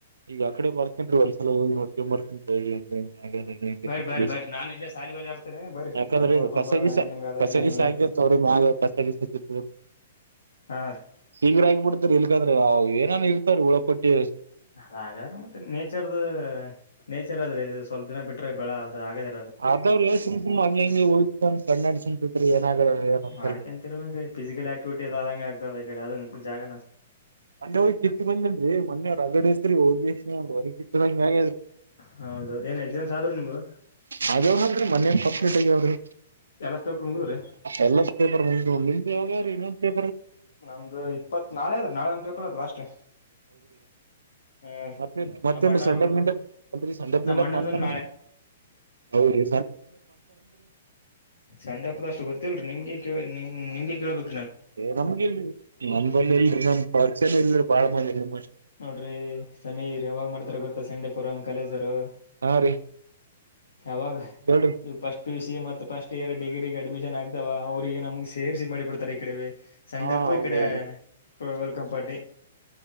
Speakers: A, on the right; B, on the left.
A: ಈಗ ಅಕಡೆ ಬರ್ತನ್ೀ ಒಂದ್ಸಲ ಹೋಗಿ ನೋಡ್ಕೊ ಬರ್ತನ್ಿ ಹಗೆ ಹೆಂಗ ಹಾಗ
B: ಬರಿ ಬರಿ ಬರಿ ನಾನ್ ಇಲ್ಲೇ ಸಾಲಿ ಬಲಿ ಆರ್ತೇನಿ ಬರಿ
A: ಯಾಕಂದ್ರೆ
B: ಹೋಗಿ ನೋಡ್ಕೊಂಡ್ ಬರೋಣ
A: ಸಗಿಸ
B: ಹೆಂಗ ಹೆಂಗ ಅದ ಏನೇನಿಲ್ಲ
A: ಸಗ ್ರ ಕಸೀ
B: ಹಾ ರೀ
A: ಹಗ ಆಗಬಿಡ್ತರಿ ಯಾದ್ರೆ ಏನನ್ ಇರ್ತಾರ ಉುಳಪಟ್ಟಿ
B: ಹಾಗಾದ್ರೆ ಮತ್ತೆ ನೇಚರ್ದು ನೇಚರ್ ಅ ಆದ್ರೆ ಇದು ಸ್ವಲ್ಪ ದಿನ ಬಿಟ್ರೆ ಬೆಳ ಅದು ಹಾಗಾದ
A: ಅದ್ರರು ಸುಮಕುಂಬ ಹಂಗ ಹಂಗಗೆ ಹಯ್ತ ಕಣನಾಡಿ ಸುಮತಿದ್ರಿ ಏನಾಗಲ್ಲ ಏಲ್ರಿ
B: ಮಾಡ್ಕೊಂತಿರ್ಬೇಕ ಫಿಸಿಕಲ್ ಆಕ್ಟಿವಿಟಿ ಅ ಅ ಆದಂಗೆ ಆಗ್ತದೆಿ ಅದ ಜಾಗ
A: ಅಂಡೆ ಹೋಗಿತ್ ಬಂದಿಲ್ ಮೊಿವ್ರುಗಡೆ ಇಐತ್ರಿ ಹೋಗಿ ಎಷ್ಟ ಹೊರಗ್ ಕಿತ್ತದ ಹ ಅದ್ರಿ
B: ಹೌದೌದು ಏನ್ ಎಕ್ಸಾಮ್ಸ್ ಆದ್ರರು ನಿಮ್ಗ
A: ಅ ಅವರು ಅಲ್ರಿ ಮನ್ ಫಸ್ಟ್ಟಗ್ಯ ಅವ್ರಿ
B: ಎಲ್ಲ ಪೇಪರ್ ಮುಗಿದ್ರಿ
A: ಎಲ್ಲ ಪೇಪರ್ ರಲಿಿಂದವಾರಏತ್ತ
B: ನಮ್ದು ಇಪ್ಪತ್ ನಾಳೆ ಅದ್ರೆ ನಾಳೆ ಒಂತಪರ ಅತ್ ಲಾಸ್ಟ್ ಹಾ
A: ಮತ್ತೆ ಮತ್ತೆಂದು
B: ನಮ್ಮ ಅಣ್ಣವ್ರ
A: ಸಂಡಪ್ ಗಿಂಡಪ್ ಅರಿ ಸಂಡಪ್
B: ನಮ್ಮ
A: ಗಿಂಡಪ್
B: ಅಣ್ಣದನ್
A: ಮಾಡ್ತಾ ಹೌದು
B: ಸಣ್ಣ ಹಪದ ಅಷ್ಟು ಗೊತ್ತಲ್ರಿ ನಿಮ್ಗೆ ಕೇಳಿ ನಿಮ ನಿಮ್ಗೆ ಕೇಳ್ಬೇಕ
A: ನಮ್ಗೆಲ್ ನಲ್ಲಿ ಎಲ್ರಿ ನಮ್ ಪರ್ಚಲ್ ಎಲ್ರಿ ಬಾಳ ಮಂದಿ ನಿಮ್ಷ್ಟ
B: ನೋಡ್ರಿ ಸಮೀರ್ ಯಾವಾಗ್ ಮಾಡ್ತಾರ ಗೊತ್ತಾ ಸಂಡೆಪುರಂ ಕಲೇಜರು
A: ಹಾ ರೀ
B: ಯಾವಾಗ
A: ಹೇಳ್ರಿ
B: ನೀವು ಪಸ್ಟ್ ಪಿ ಸಿ ಎ ಮತ್ತು ಫಸ್ಟ್ ಇಯರ್ ಡಿ್ರಿಗೆ ಅಡ್ಮಿಷನ್ ಆಗ್ತಾವ ಅವ್ರರಿಗೆ ನಮ್ಗೆ ಸೇರಿಸಿ ಮಾಡಿಬಡ್ತ ಈ ಕಡೆ ಸಂಡಪ್ಪು
A: ಹಾ ಹೌದೌದು
B: ಇಕಡೆ ವಲ್ಕಂ ಪಾರ್ಟಿ